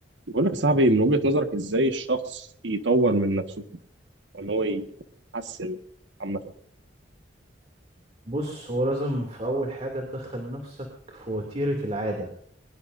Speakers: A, on the right (about 80°); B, on the right (about 35°).
A: بقول لك يا صاحبي من وجهة نظرك ازاي الشخص يطور من نفسه وان هو يحسن عامة
B: بص هو لازم في أول حاجة تدخل نفسك في وتيرة العادة